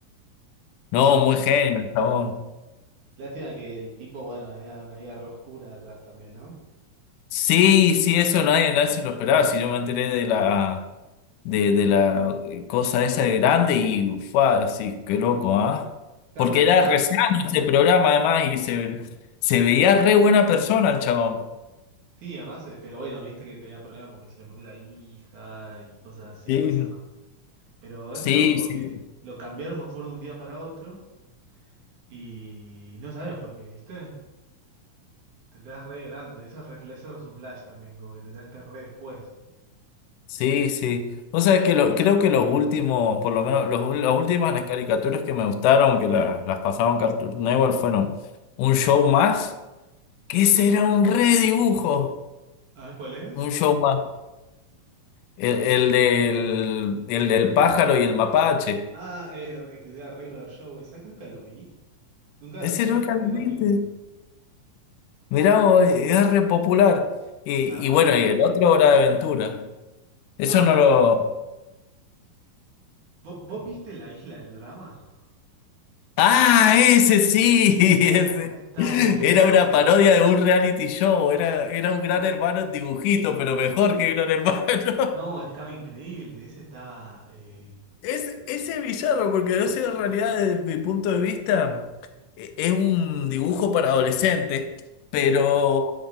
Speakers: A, on the left (about 80°); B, on the right (about 65°).
A: no,
B: Sí,
A: muy genio, el chabón.
B: lástima que el tipo, bueno, era una vida re oscura atrás también, ¿no?
A: Sí, sí, eso nadie, nadie se lo esperaba, si yo me enteré de la, de, de la eh, cosa esa de grande y, ufa, sí, qué loco, ¿ah?
B: Cada
A: Porque
B: uno esperaba.
A: era re sano ese programa además y se, se veía re buena persona el chabón.
B: Sí, además, eh, pero bueno, viste que tenía problemas con que se le murió la hija y cosas así
A: Sí.
B: pasaba. Pero
A: Sí,
B: es re loco porque
A: sí,
B: lo cambiaron, me acuerdo, de un día para otro y no sabes por qué, ¿viste? Te enterás re grande, eso es, re- eso es un flash también, como que te enteraste re después.
A: sí, sí. Vos sabés que lo- creo que los últimos, por lo menos los, ul- las últimas las caricaturas que me gustaron, que las, las pasaron Cartoon Network, fueron un show más, que ese era un redibujo,
B: Ah, ¿cuál es?
A: un show más. El, el del, el del pájaro y el mapache.
B: Ah, eh, re- que era Regular Show, ¿sabes que nunca lo vi? Nunca
A: Ese
B: vi
A: nunca
B: un par
A: lo viste.
B: de capítulos.
A: Mirá, vos, es re popular. Y,
B: Ah,
A: y bueno,
B: ah,
A: y el otro Hora de Aventura. Eso
B: ahora,
A: no
B: entonces,
A: lo,
B: ¿vo- ¿vos, viste La Isla del Drama?
A: Ah, ese sí,
B: Viste, La
A: <laughs>
B: primera
A: ese.
B: temporada estaba buenísima.
A: Era una parodia de un reality show, era, era un gran
B: Sí,
A: hermano en dibujito, pero mejor que gran hermano. <laughs>
B: No, estaba increíble. Ese estaba. eh,
A: Ese, ese villano, porque no sé, en realidad desde mi punto de vista e- es un dibujo para adolescentes, pero
B: Sí,